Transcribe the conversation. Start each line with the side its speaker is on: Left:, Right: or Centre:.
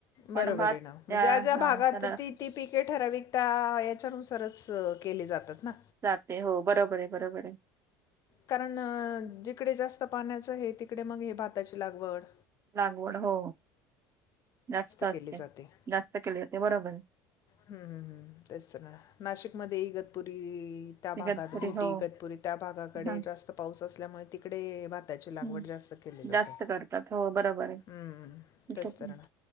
Right: पण
Left: बरोबर
Right: भात
Left: आहे ना. म्हणजे,
Right: या
Left: ज्या ज्या
Right: हा
Left: भागात
Right: त्याला
Left: ती ती पिके ठराविकता याच्यानुसारच केली जातात ना.
Right: जाते. हो बरोबरयं, बरोबरयं.
Left: कारण जिकडे जास्त पाण्याचं हे तिकडे मग हे भाताची लागवड.
Right: लागवड हो. जास्त असते,
Left: केली जाते
Right: जास्त केली जाते, बरोबरयं.
Left: हं, हं, हं. तेच ना, नाशिकमध्ये इगतपुरी त्या भागात
Right: इगतपुरी
Left: घोटी,
Right: हो
Left: इगतपुरी त्या भागाकडे
Right: हा
Left: जास्त पाऊस असल्यामुळे, तिकडे भाताची लागवड
Right: हम्म
Left: जास्त केली जाते.
Right: जास्त करतात, हो बरोबरयं.
Left: हं.
Right: इथं
Left: तेच
Right: पण.
Left: तर ना